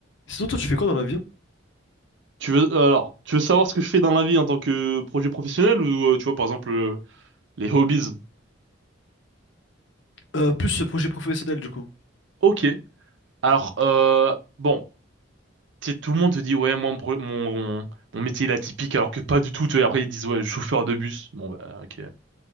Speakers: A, on the left (about 65°); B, on the right (about 65°).
A: Sinon, toi, tu fais quoi dans la vie?
B: Tu veux euh, alors, tu veux savoir ce que je fais dans la vie en tant que projet professionnel ou euh, tu vois par exemple euh, les hobbies?
A: Euh, plus ce projet professionnel, du coup.
B: Ok. Alors euh, bon, tu sais, tout le monde te dit ouais moi mon, pro- mon mon métier il est atypique alors que pas du tout. Tu vois, après ils disent ouais chauffeur de bus. Bon bah ok.